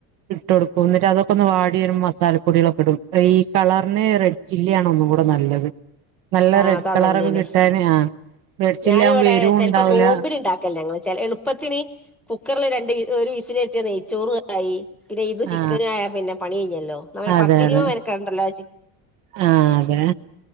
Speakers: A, on the right; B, in the centre.
A: ഇട്ട് കൊടുക്കും എന്നിട്ട് അതൊക്കെ ഒന്ന് വാടി വര മസാലപ്പൊടികളൊക്കെ ഇടും ഈ കളറിന് റെഡ് ചില്ലിയ ആണ ഒന്ന കൂടെ നല്ലത് നല്ല
B: ആ
A: റെഡ്
B: അതാ
A: കളറൊക്കെ
B: നല്ലേല്ലേ
A: കിട്ടാന് ആ റെഡ് ചില്ലി
B: ഞാനിവിടെ
A: ആകുമ്പോ എരിവും
B: ചെിലപ്പോ
A: ഉണ്ടാവൂല
B: നോമ്പിൽ ഇണ്ടാക്കല്ലേ എളുപ്പത്തിന് കുക്കറിൽ രണ്ട് ഒരു വിസിലെ നെയ്ച്ചോറ ആയി പിന്നെ ഇത്
A: ആ
B: ചിക്കന ആയാ പിന്നെ പണി കിഞ്ഞല്ലോ നമ്മ
A: അതെ
B: പത്തിരുപ
A: അതെ
B: വരക്കണ്ടല്ലോ
A: ആ അതെ